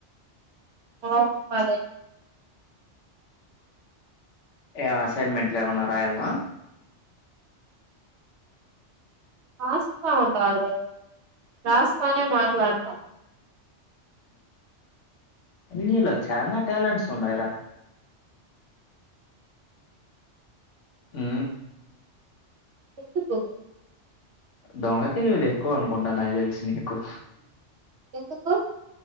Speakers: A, on the right; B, on the left.
A: ఓ పద
B: ఏ అసైన్మెంట్లు ఏమన్నా రాయల్న్నా
A: రాస్తా ఉండల్రె రాస్తానే మాట్లాడతాను
B: నీలో చాల టాలెంట్స్ ఉన్నాయిరా హు
A: ఎందుకు
B: దొంగ తెలువూలు ఎక్కువ అనుకుంటా నాకు తెలుసి నికు
A: ఎందుకు